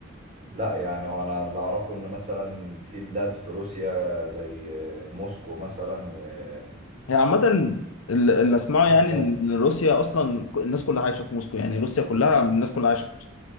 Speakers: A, on the right (about 35°); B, on the left (about 70°).
A: لا يعني هو انا اللي اعرفه ان مثلا في بلاد في روسيا زي موسكو مثلا وفي
B: هي عامة ال- اللي اسمعه
A: في
B: يعني
A: بلاد
B: ان روسيا اصلا ك- الناس كلها عايشة في موسكو يعني روسيا كلها الناس كلها عايشة في موسكو